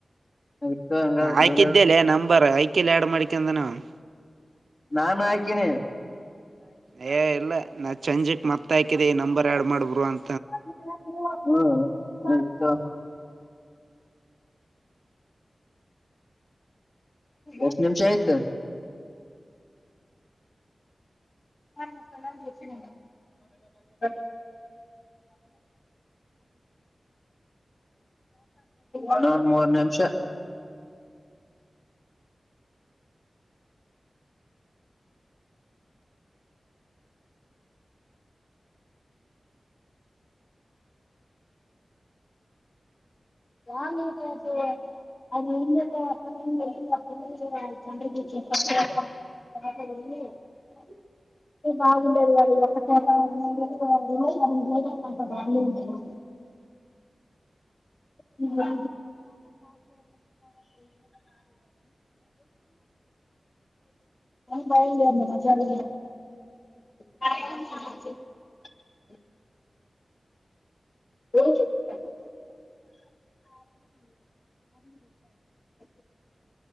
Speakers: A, on the left (about 65°); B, on the right (about 80°).
A: ಆಯ್ತು ಹಂಗಾದ್ರೆ
B: ನಾ ಆಯ್ಕಿದ್ದೇಲೆ
A: ಡೇಲ್ ಆಯ್ತು
B: ನಂಬರ್ ಆಯ್ಕಿಲ್ಲ ಆಡ್ ಮಾಡಿಕಂದನ ಅವ್ನ್
A: ನಾನ್ ಹಾಕೀನಿ.
B: ಹೇ ಇಲ್ಲ ನಾ ಚಾಂಜೀಕ್ ಮತ್ತ ಹಾಕಿದೆ ಈ ನಂಬರ್ ಆಡ್ ಮಾಡ್ ಬ್ರೋ ಅಂ
A: <unintelligible> ಹು <unintelligible> ಏಷ್ಟ್ ನಿಮಿಷ ಆಯ್ತು. <unintelligible> ಖಾಲಿ ಆದ್ರೆ <inaudible> <inaudible> ಅಣ ಒಂನ್ ಮೂರ್ ನಿಂಶ ನಾನ್ ಏನ್ ಹೇಳ್ದೆ. <unintelligible> <inaudible> <unintelligible> <inaudible> <unintelligible> ನಾ ಬಾಯಿಲ್ಲಿ ಅಂದೆ <unintelligible> <unintelligible> ಓಯ್ <unintelligible> ಗೊತ್ತಾಯ್ತು <unintelligible>